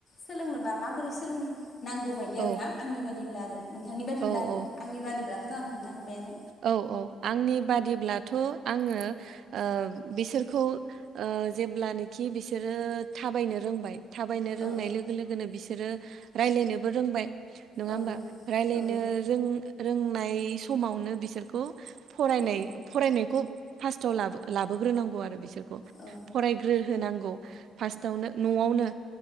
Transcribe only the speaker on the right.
औ
औ
औ
औ औ आंनि बादिब्लाथ' आङो ओ बिसोरखौ ओ ओ जेब्लानोखि बिसोरो थाबायनो रोंबाय थाबायनो रोंनाय
लोगो लोगोनो बिसोरो रायलायनोबो रोंबाय। नङा होमबा
रायलायनो
रों रोंनाय समावनो बिसोरखौ फरायनाय
फरायनायखौ फास्टाव लाबो लाबोग्रो नांगौ आरो बिसोर
फरायग्रो होनांगौ फास्टावनो न'आवनो